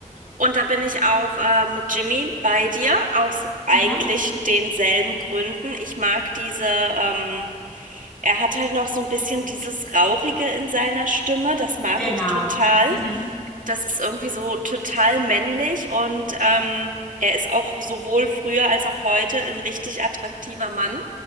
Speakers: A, on the right; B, in the centre.
A: Und da bin ich auch äh, mit Jimmy bei dir, aus eigentlich
B: Mhm.
A: denselben Gründen. Ich mag diese, ähm, er hat halt noch so ein bisschen dieses Rauchige in seiner Stimme. Das mag
B: Genau.
A: ich total.
B: Mhm.
A: Das ist irgendwie so total männlich und ähm, er ist auch sowohl früher als auch heute ein richtig attraktiver Mann.